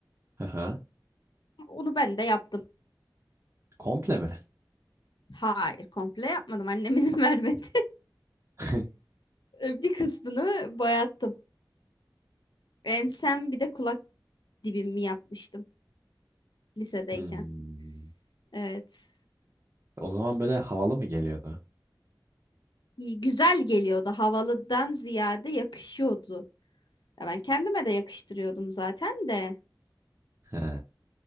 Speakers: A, on the right; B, on the left.
A: Hı hı.
B: Onu ben de yaptım.
A: Komple mi?
B: Hayır komple yapmadım. Annem izin <laughs> vermedi.
A: <laughs>
B: E, Bir kısmını boyattım. Ensem bir de kulak dibimi yapmıştım lisedeyken.
A: Hmm.
B: Evet.
A: O zaman böyle havalı mı geliyordu?
B: İyi, Güzel geliyordu. Havalıdan ziyade yakışıyordu. Ya ben kendime de yakıştırıyordum zaten de.
A: He.